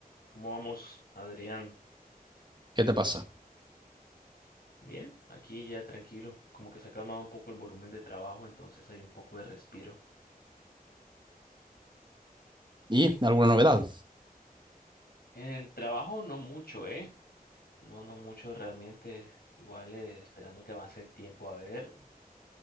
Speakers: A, on the left (about 85°); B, on the right (about 30°).
A: ¿Cómo vamos, Adrián?
B: ¿Qué te pasa?
A: Bien, aquí ya tranquilo, como que se ha calmado un poco el volumen de trabajo, entonces hay un poco de respiro.
B: ¿Y alguna novedad?
A: En el trabajo no mucho, ¿eh? No, no mucho realmente. Igual eh, esperando que avance el tiempo. A ver,